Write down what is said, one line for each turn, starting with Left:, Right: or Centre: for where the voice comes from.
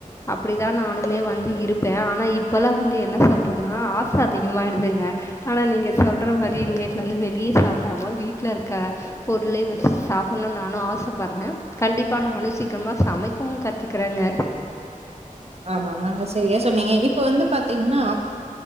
Left: அப்டிதா நானுமே வந்து இருப்பே ஆனா இப்பலா வந்து என்ன சொல்றதுனா ஆச அதிகமாயிடுதுங்க ஆனா நீங்க சொல்ற மாரி இனிமேட்லா வெளிய சாப்டாம வீட்ல இருக்க பொருளே வச்சு சா சாப்புட்ணுனு நானு ஆசப்பட்றே கண்டிப்பா நானு சா சீக்கரமா சமைக்கவு கத்துக்குறேங்க
Right: ஆமாமாங்க செரியா சொன்னீங்க இப்ப வந்து பாத்தீங்னா